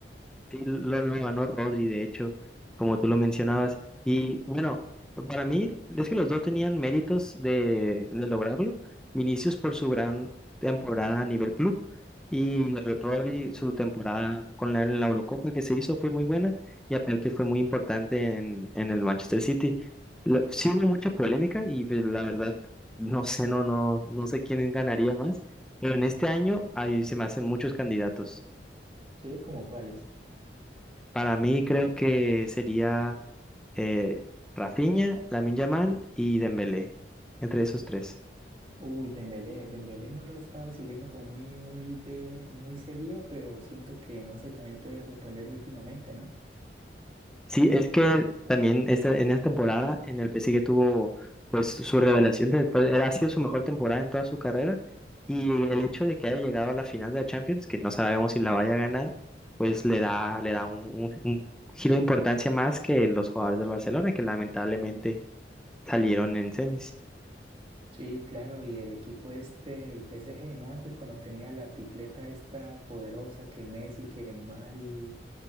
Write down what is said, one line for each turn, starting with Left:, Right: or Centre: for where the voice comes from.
Centre: Sí, lo, lo ganó Rodri, de hecho, como tú lo mencionabas. Y bueno, para mí es que los dos tenían méritos de, de lograrlo. Vinicius por su gran temporada a nivel club y R- Rodri su temporada con la, en la Eurocopa que se hizo fue muy buena y aparte fue muy importante en, en el Manchester City. La- sí hubo mucha polémica y pues la verdad no sé, no, no, no sé quién ganaría más, pero en este año ahí se me hacen muchos candidatos.
Right: Sí, como cuáles.
Centre: Para mí creo que sería eh, Rafinha, Lamine Yamal y Dembélé, entre esos tres.
Right: Uy, Dembélé, Dembélé no lo he estado siguiendo como muy, muy de, muy seguido, pero siento que no sé, también puede sorprender últimamente, ¿no?
Centre: Sí, es que también esta, en esta temporada en el PSG tuvo pues su revelación, de- fue- ha sido su mejor temporada en toda su carrera y el hecho de que haya llegado a la final de la Champions, que no sabemos si la vaya a ganar, pues le da, le da un, un- un giro de importancia más que los jugadores del Barcelona, que lamentablemente salieron en semis.
Right: Sí, claro, y el equipo este, el PSG, ¿no? Antes cuando tenía la tripleta esta poderosa que Messi, que Neymar y,